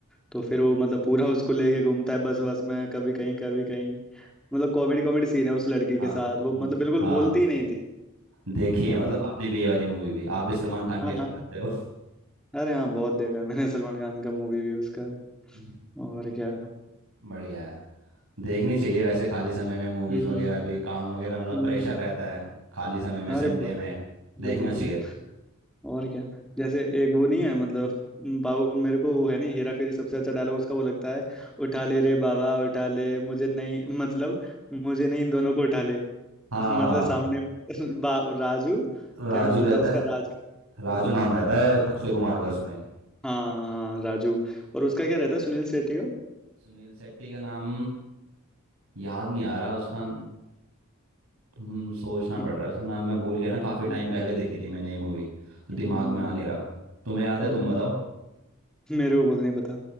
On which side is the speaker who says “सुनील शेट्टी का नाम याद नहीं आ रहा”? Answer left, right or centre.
Right